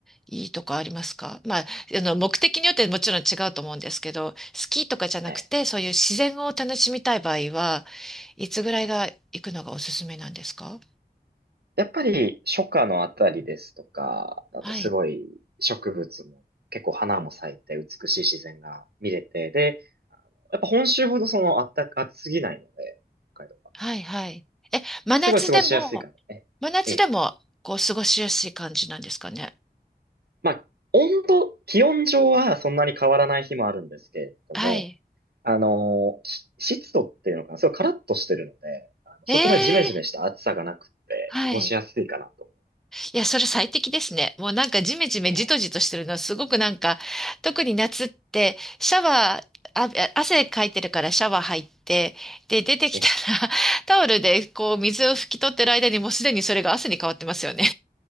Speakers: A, in the centre; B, on the right.
A: いいとかありますかまあ、あの、目的によってもちろん違うと思うんですけど、スキーとかじゃなくて、
B: ええ
A: そういう自然を楽しみたい場合は、いつぐらいが行くのがおすすめなんですか
B: えやっぱり初夏のあたりですとか、だとすごい植物も結構花も咲いて美しい自然が見れて、
A: はい。
B: で、やっぱ本州ほどそのあったか、暑すぎないので、北海道は。
A: はい、はい。え、真夏でも、
B: すごい過ごしやすいかな。ええ、
A: 真夏でも、
B: ええ。
A: こう、過ごしやすい感じなんですかね
B: まあ、温度、気温上はそんなに変わらない日もあるんですけれども、
A: はい。
B: あのーし湿度っていうのかな、すごいカラッとしてるので、あのそこまでジメジメした暑さがなくって過ごしやすいかなと思
A: えー、はい。いや、それ最適ですね。もうなんかジメジメジトジトしてるのはすごくなんか、
B: う。ええ、
A: 特に夏ってシャワー、あ、汗かいてるからシャワー入って、で、出てきたら
B: ええ。
A: <laughs> タオルでこう水を拭き取ってる間にもうすでにそれが汗に変わってますよね。